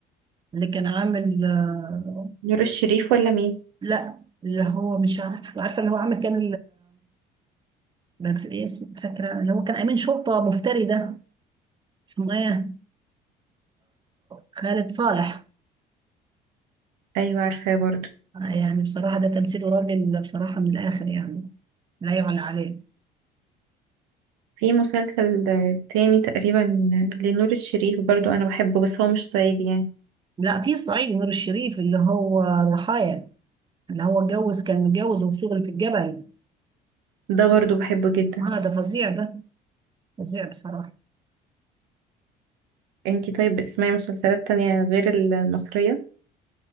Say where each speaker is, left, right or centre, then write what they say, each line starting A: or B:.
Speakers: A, on the right (about 25°); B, on the right (about 80°).
A: اللي كان عامل آه،
B: نور الشريف ولا مين
A: لا اللي هو مش عارف عارفة اللي هو عامل كان ما في ايه اسم- فاكره اللي هو كان امين شرطه مفتري ده اسمه ايه خالد صالح
B: ايوه عارفاه برضو
A: يعني بصراحه ده تمثيله راجل بصراحه من الاخر يعني لا يعلى عليه
B: في مسلسل آه، تاني تقريبا لنور الشريف برضو انا بحبه بس هو مش صعيدي يعني
A: لا في الصعيدي نور الشريف اللي هو ضحايا اللي هو اتجوز كان متجوز وشغل في الجبل
B: ده برضو بحبه جدا
A: اه ده فظيع ده فظيع بصراحه
B: انتي طيب بتسمعي مسلسلات تانية غير المصرية